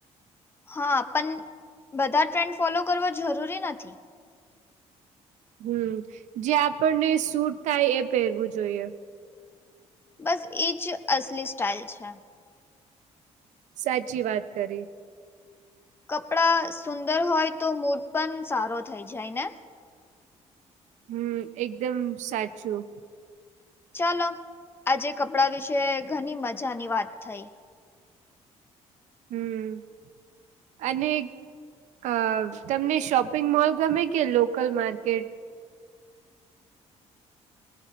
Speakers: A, on the left; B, on the right.
A: હા પણ બધા ટ્રેન્ડ ફોલો કરવાો જરૂરી નથી.
B: હમ જે આપણને સૂટ થાય એ પહેરવું જોઈએ.
A: બસ એજ અસલી સ્ટાઇલ છે.
B: સાચી વાત કરી
A: કપડા સુંદર હોય તો મૂડ પણ સારો થઈ જાય ને
B: હમ એકદમ સાચું
A: ચાલો આજે કપડા વિશે ઘણી મજાની વાત થઈ
B: હમ અને અ તમને શોપિંગ મોલ ગમે કે લોકલ માર્કેટ